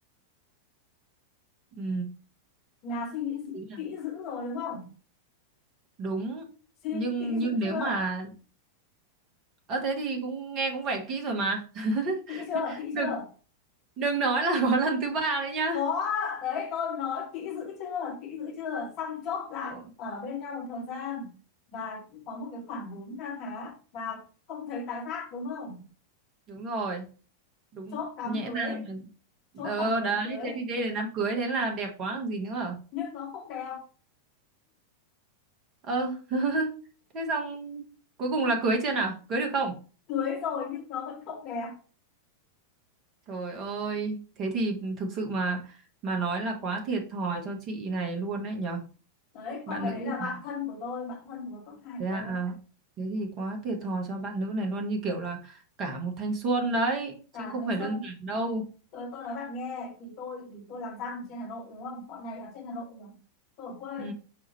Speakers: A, on the right; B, on the left.
A: ừ.
B: là suy nghĩ
A: ý là
B: kỹ dữ rồi đúng không
A: đúng
B: suy
A: nhưng
B: nghĩ kỹ
A: nhưng
B: dữ
A: nếu
B: chưa
A: mà ờ thế thì cũng nghe cũng vẻ kỹ rồi mà
B: kỹ chưa
A: <laughs>
B: kỹ
A: đừng
B: chưa
A: đừng nói là <laughs> có lần thứ ba đấy nhá
B: có đấy tôi nói kỹ dữ chưa kỹ dữ chưa xong chốt lại
A: Ồ,
B: ở bên nhau một thời gian và cũng có một cái khoản vốn kha khá và không thấy tái phát đúng không
A: đúng rồi đúng
B: chốt đám
A: nhẽ
B: cưới
A: ra là
B: chốt
A: ờ
B: bằng một đám
A: đấy
B: cưới
A: thế thì đây là đám cưới thế là đẹp quá còn gì nữa
B: nhưng nó không đẹp
A: Ờ. <laughs> Thế xong cuối cùng là cưới chưa nào? Cưới được không?
B: cưới rồi nhưng nó vẫn không đẹp
A: Trời ơi, thế thì thực sự mà mà nói là quá thiệt thòi cho chị này luôn đấy nhở.
B: đấy
A: Bạn
B: con bé
A: nữ
B: đấy là bạn
A: này.
B: thân của tôi bạn thân của con hai
A: Thế
B: của
A: à, à,
B: tôi đấy
A: thế thì quá thiệt thòi cho bạn nữ này luôn như kiểu là cả một thanh xuân đấy chứ
B: cả
A: không
B: Nguyên
A: phải
B: Xuân
A: đơn giản đâu.
B: tôi tôi nói bạn nghe thì tôi thì tôi làm răng ở trên Hà Nội đúng không bọn này ở trên Hà Nội rồi tôi ở quê
A: Ừ.